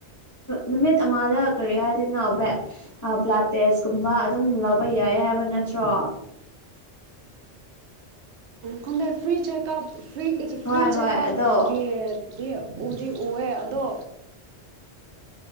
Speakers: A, on the left; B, on the right.
A: ꯅꯨꯃꯤꯠ ꯑꯃꯗ ꯀꯔꯤ ꯍꯥꯏꯗ‌ꯣꯏꯅ‌ꯣ ꯕ‌ꯦꯠ ꯕ꯭ꯂꯠꯗ ꯇꯦꯁꯀꯨꯝꯕ ꯑꯗꯨꯝ ꯂꯧꯕ ꯌꯥꯏ ꯍꯥꯏꯕ ꯅꯠꯇ꯭ꯔꯣ
B: ꯈꯪꯗ‌ꯦ ꯐ꯭ꯔꯤ ꯆꯦꯀꯞ ꯐꯔꯤ ꯐ꯭ꯔꯤ
A: ꯍꯣꯏ
B: ꯆꯦꯀꯞꯀꯤ
A: ꯍꯣꯏ ꯑꯗꯣ
B: ꯎꯗꯤ ꯎꯋꯦ ꯑꯗꯣ